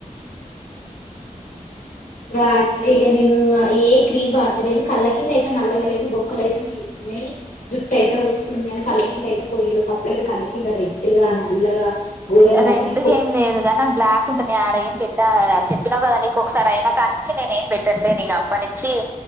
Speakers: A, on the left; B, on the right.
A: ఇగా అట్లే ఈక నేను ఏ క్రీమ్ వాడతలేను కళ్ళ కింద అయితా నల్లగలయింది బొక్కలు అయితే తతుంది జుట్టు అయితే వస్తుంది అని కళ్ళ కింద అయితే పోయిను ఒకప్పుడ అయితే కళ్ళ కింద రెడ్గా నల్లగా ఘోరంగా
B: రెడ్
A: అప్పుడు నేను
B: గా ఏం లేదుగానీ నాకు బ్లాక్ ఉంటు నే ఆడ ఏం పెట్టా చెప్పినావు కదా నీకు ఒకసారి అయినా కా నుంచి నేను ఏం పెట్టట్లేదు ఇగ అప్పటి నుంచి